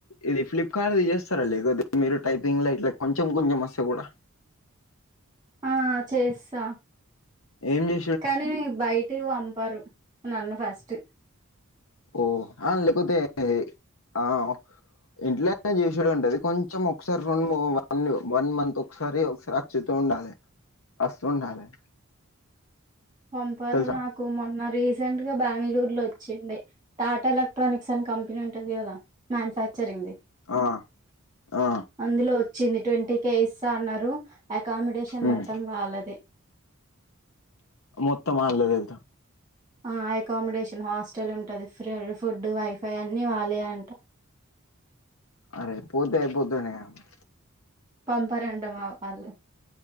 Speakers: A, on the left; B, on the right.
A: ఇది ఫ్లిప్ కార్డ్ జేస్తరండి. కొద్ది మీరు టైపింగ్ల ఇట్ల కొంచెం కొంచెం వస్తే గూడ
B: ఆ చేస్తా
A: ఏం జే
B: కనీ, బయటికి వంపరు నన్ను ఫస్ట్
A: ఓ! ఆ లేకపొతే ఆ ఇంట్లోనే జేసిన్రంట, అది కొంచెం ఒక సారి ఫోన్ మో వన్ వన్ మంత్ ఒక సారి ఒక సరాత్ చేత్తూ ఉండాలె, వస్తూ ఉండాలె.
B: పంపారు
A: తెలుసా
B: నాకు, మొన్న రీసెంట్గ బ్యాంగ్ళూరులో ఒచ్చింది. టాటా ఎలక్ట్రానిక్స్ అని కంపెనీ ఉంటది గదా? మ్యానుఫ్యాక్చరింగ్ది.
A: ఆ ఆ
B: అందులో ఒచ్చింది టొంటికే ఇస్తా అన్నరు. అకామిడేషన్
A: ఉమ్.
B: మొత్తం వాలదే.
A: మొత్తం ఆళ్లదే ఇధ
B: ఆ ఎకామిడేషన్ హాస్టల్ ఉంటది. ఫ్రీ, ఫుడ్, వైఫై, అన్నీ ఆళ్ళయే అంట.
A: అరే పోతే, అయిపోతుండే గా మ
B: పంపరండ మావ ఆళ్ళు,